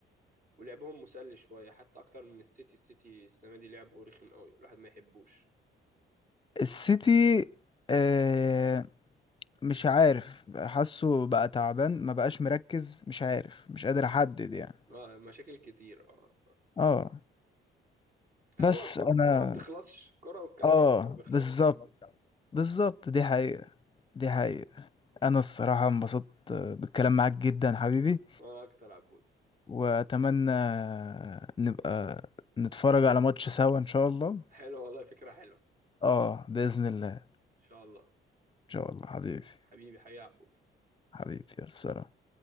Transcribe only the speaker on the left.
السيتي آه مش عارف حاسه بقى تعبان ما بقاش مركز مش عارف مش قادر احدد يعني
اه
بس
انا
اه
بالظبط
بالظبط دي حقيقة دي حقيقة
انا الصراحة انبسطت بالكلام معاك جدا حبيبي
واتمنى نبقى نتفرج على ماتش سوا ان شاء الله
اه بإذن الله
ان شاء الله حبيبي
حبيبي يا سلام